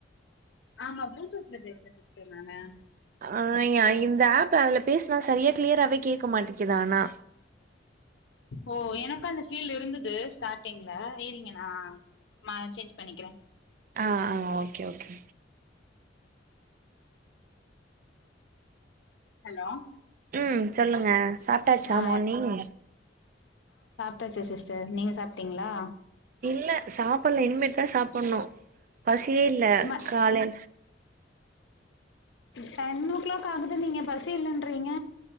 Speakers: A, on the left; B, on the right.
A: ஆமா பளூடூத்ல பேசுறே சிஸ்டர் நானு
B: ஆ இந்த ஆப்ல அதுல பேசுனா சரியா க்ளியராவே கேக்க மாட்டி க்கிது ஆனா
A: ஓ எனக்கு அந்த ஃபீல் இருந்தது ஸ்டார்ட்டிங்ல இரிங்க நா ம சேஞ்ச் பண்ணிக்கிறே
B: ஆ ஆ ஓகே ஓகே
A: ஹலோ
B: ம் சொல்லுங்க சாப்டாச்சா
A: ஆ
B: மார்னிங்?
A: டாச்சு சிஸ்டர் நீங்க சாப்டீங்ளா?
B: இல்ல சாப்புல்ல இனிமேட் தா சாப்புன்னு பசியே இல்ல
A: இம்மா
B: கால
A: டென் ஓ கிளாக் ஆகுது நீங்க பசி இல்லன்றீங்க